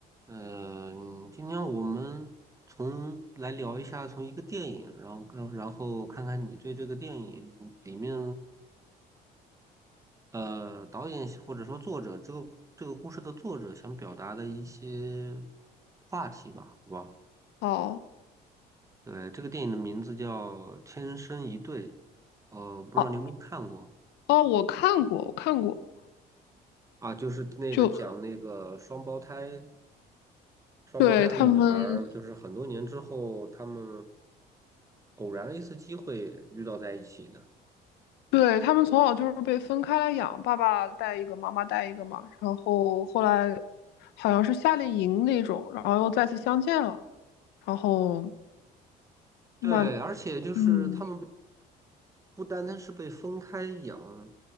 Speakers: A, on the right; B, on the left.
A: 嗯，今天我们从来聊一下，从一个电影，然后跟然后看看你对这个电影里面呃导演或者说作者这个这个故事的作者想表达的一些话题吧，好吧？
B: 哦
A: 对，这个电影的名字叫《天生一对》，呃，不知道你有没有看过
B: 哦哦，我看过，我看过，
A: 啊？就是那个讲那个双胞胎。
B: 就嗯
A: 双胞胎的女孩儿，
B: 对他们，
A: 就是很多年之后，他们偶然的一次机会遇到在一起的。
B: 对他们从小就是被分开来养，爸爸带一个，妈妈带一个嘛，然后后来好像是夏令营那种，然后又再次相见了，然后
A: 对，
B: 慢，
A: 而且就是他们不
B: 嗯
A: 不单单是被分开养，